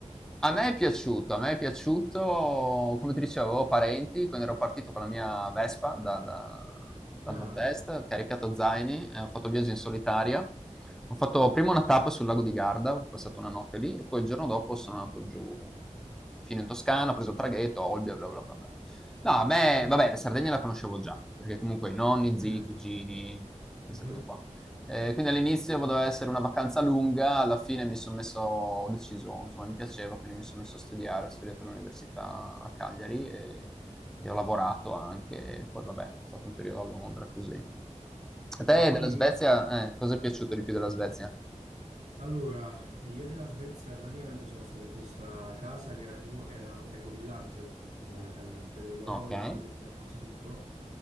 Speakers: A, in the centre; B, on the right.
A: A me è piaciuto, a me è piaciuto, come ti dicevo, avevo parenti, quindi ero partito con la mia Vespa dal, dal
B: Ah,
A: nord-est, caricato a zaini, eh, ho fatto il viaggio in solitaria. Ho fatto prima una tappa sul lago di Garda, ho passato una notte lì e poi il giorno dopo sono andato giù fino in Toscana, ho preso il traghetto, Olbia, bla bla bla bla. No, a me,
B: quindi...
A: vabbè, la Sardegna la conoscevo già, perché comunque i nonni, zii,
B: mm,
A: cugini, queste
B: mhm.
A: cose qua. Ehm, quindi all'inizio doveva essere una vacanza lunga, alla fine mi son messo ho deciso, insomma mi piaceva, quindi mi son messo a studiare, ho studiato all'università a Cagliari e e ho lavorato anche, poi vabbè, ho fatto un periodo a Londra, così. A te
B: Ma quindi
A: della Svezia eh, cosa è piaciuto di più della Svezia?
B: Allora, eh, io nella Svezia praticamente sono stato in questa casa che era tipo, era un ecovillaggio fondamentalmente, dove loro
A: Okay.
B: producevano quasi tutto